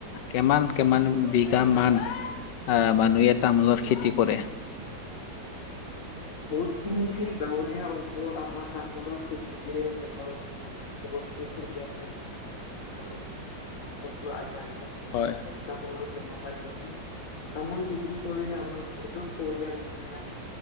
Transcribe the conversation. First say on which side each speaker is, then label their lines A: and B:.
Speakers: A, on the left (about 75°); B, on the left (about 50°).
A: কিমান কিমান বিঘা মান আহ, মানুহে তামোলৰ খেতি কৰে?
B: বহুতখিনি গাঁৱলীয়া অঞ্চলত আমাৰ তামোলৰ খেতি দিয়ে এডাল। জীৱনটো চলি আছে, নিজৰ জীৱনটো আগবাঢ়ি আছে।
A: হয়।
B: তামোলৰ ব্যৱসায় কৰি, তামোল বিক্ৰী কৰি আমাৰ বহুতৰ পৰিয়াল এতিয়া